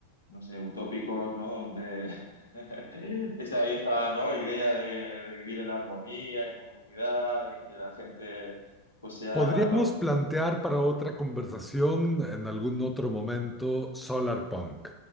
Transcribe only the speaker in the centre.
Podríamos
plantear para otra conversación en algún otro momento Solar Punk